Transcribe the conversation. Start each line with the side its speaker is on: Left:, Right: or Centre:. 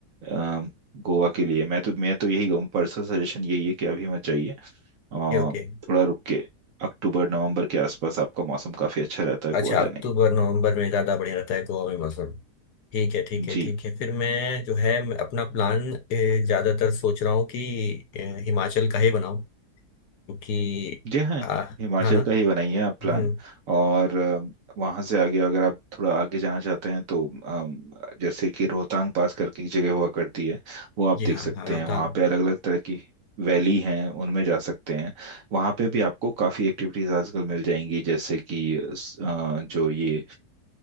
Right: अ, गोवा के लिए मैं तो मैं तो यही कहूँ पर्सनल सजेशन यही है कि अभी मत जाइए अ,
Left: okay
Right: थोड़ा रुक के अक्टूबर नवंबर के आसपास आपका मौसम काफी अच्छा रहता है
Left: अच्छा
Right: गोवा जाने
Left: अक्टूबर
Right: का
Left: नवंबर में ज़्यादा बढ़िया रहता है गोवा में मौसम ठीक है ठीक
Right: जी
Left: है ठीक है फिर मैं जो है मैं अपना प्लान ज़्यादातर सोच रहा हूँ कि अ, हिमाचल का ही बनाऊँ क्योंकि
Right: जी हाँ
Left: आ,
Right: हिमाचल
Left: हाँ ना
Right: का ही बनाइए आप प्लान
Left: हम्म
Right: और वहां से आगे अगर आप थोड़ा आगे जाना चाहते हैं तो अम, जैसे कि रोहतांग पास करके एक जगह हुआ करती है वो आप
Left: जी
Right: देख
Left: हाँ
Right: सकते
Left: हाँ रोहतांग
Right: हैं वहाँ पे अलग अलग तरह की वैली हैं उनमें जा सकते हैं वहाँ पे भी आपको काफ़ी एक्टिविटीज आजकल मिल जाएंगी जैसे कि स- अ, जो ये